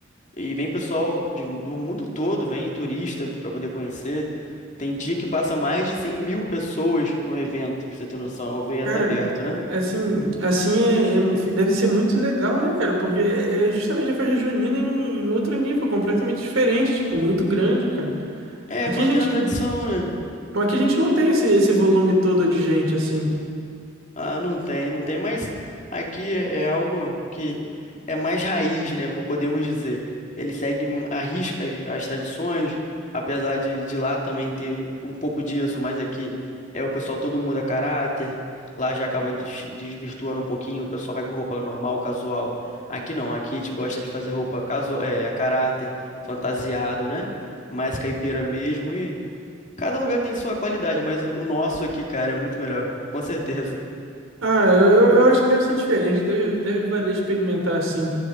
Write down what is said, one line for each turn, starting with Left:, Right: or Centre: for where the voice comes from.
Left: E vem pessoal de- do mundo todo, vem turista para poder conhecer. Tem dia que passa mais de cem mil pessoas no evento, pra você ter noção. É um evento
Right: Cara,
Left: aberto, né?
Right: assim, assim é, é mu- deve ser muito legal, né, cara? Porque é é justamente a festa junina em, em outro nível, completamente diferente, tipo, muito grande, cara.
Left: É
Right: Aqui
Left: mantendo
Right: a gente,
Left: a tradição, né?
Right: aqui a gente não tem esse, esse volume todo de gente, assim.
Left: Ah, não tem, não tem, mas aqui é é algo que é mais raiz, né? vo- Podemos dizer. Ele segue m- à risca as, as tradições, apesar de, de lá também ter um pouco disso, mas aqui é o pessoal todo mundo muda caráter. Lá já acaba des- desvirtuando um pouquinho, o pessoal vai com roupa normal, casual. Aqui não, aqui a gente gosta de fazer roupa casu é, a caráter, fantasiado, né? Mais caipira mesmo e cada lugar tem sua qualidade, mas o o nosso aqui, cara, é muito melhor, com certeza.
Right: Ah, eu, eu eu acho que deve ser diferente, deve, deve valer experimentar assim.